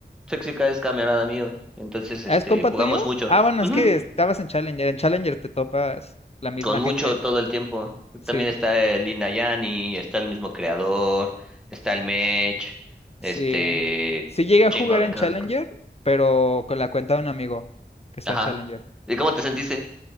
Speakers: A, in the centre; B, on the left.
A: Sexy Cat es camarada mío, entonces
B: ¿Ah,
A: este,
B: ¿Es compa
A: jugamos
B: tuyo?
A: mucho.
B: Ah, bueno,
A: Ujú.
B: es que estabas en Challenger. En Challenger te topas la misma
A: con mucho
B: gente.
A: todo el tiempo.
B: Sí,
A: También está el Inayani, está el mismo creador, está el Mech,
B: sí.
A: este
B: Sí llegué a
A: chingo
B: jugar
A: de
B: en
A: cosas.
B: Challenger,
A: con-
B: pero con la cuenta de un amigo que está
A: Ajá.
B: en Challenger.
A: ¿Y cómo te sentiste?